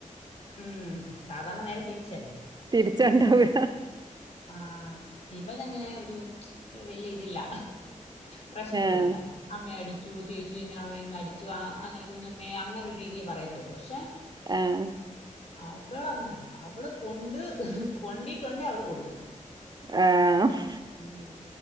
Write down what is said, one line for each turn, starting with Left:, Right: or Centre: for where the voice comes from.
Left: ഉം സാധാരണ നേരെ തിരിച്ചല്ല
Right: തിരിച്ച്ണ്ടാവാ
Left: ആഹ് ഇവൻ അങ്ങനെ ഒരു വല്യ ഇതില്ല പ്രശ്നൊന്നു
Right: ആഹ്
Left: ഇല്ല അമ്മ അടിച്ചു ചേ ച്ചി ഇന്നെവന് ഇന്ന് അടിച്ചു ആഹ് അങ്ങനെ കുഞ്ഞമ്മേ അങ്ങനെ ഒരു രീതീ പറയത്തൊള്ളൂ പക്ഷെ
Right: ആഹ്
Left: അവള് അങ്ങനെ അല്ല അവള് കൊണ്ട് കൊണ്ടിട്ടുണ്ടേ അവള് കൊടുക്കും
Right: ആഹ്
Left: ഉം.